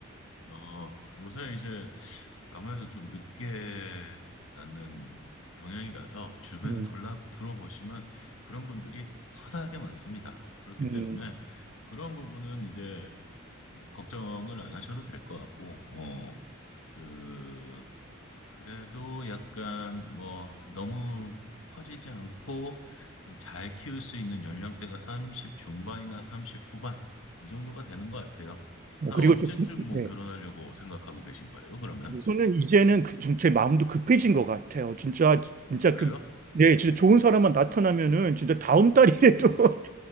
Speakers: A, on the left (about 75°); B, on the right (about 40°).
A: 어, 요새 이제 아무래도 좀 늦게 낳는 경향이라서 주변에
B: 음,
A: 돌아 들어보시면 그런 분들이 허다하게 많습니다. 그렇기
B: 음.
A: 때문에 그런 부분은 이제 걱정을 안 하셔도 될 것 같고, 어, 그, 그래도 약간 뭐 너무 터지지 않고 좀 잘 키울 수 있는 연령대가 30 중반이나 30 후반 이 정도가 되는 것 같아요.
B: 뭐
A: 한
B: 그리고
A: 언제쯤
B: 저 구-
A: 뭐
B: 네.
A: 결혼하려고 생각하고 계신 거예요, 그러면?
B: 저는 이제는 그, 좀 제 마음도 급해진 것 같아요. 진짜 진짜
A: 어, 그래요?
B: 그 네,
A: 응.
B: 진짜 좋은 사람만 나타나면은 진짜 다음 달이라도
A: 음.